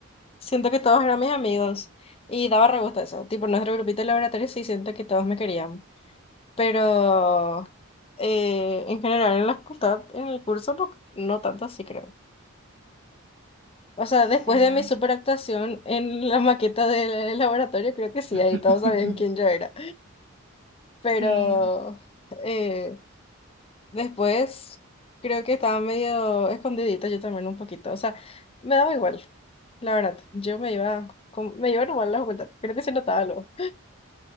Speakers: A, on the left; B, on the right.
A: siento que todos eran mis amigos y daba re gusto eso. Tipo, en nuestro grupito de laboratorio sí siento que todos me querían, pero eh, en general en la facultad, en el curso, no, no tanto así creo. O sea,
B: no sé.
A: después de mi superactuación en la maqueta del laboratorio, creo que sí,
B: <laughs>
A: ahí todos sabían quién yo era. Pero
B: Sí.
A: eh, después creo que estaba medio escondidita yo también un poquito. O sea, me daba igual, la verdad. Yo me iba, con- me iba normal a la facultad. Creo que se notaba algo.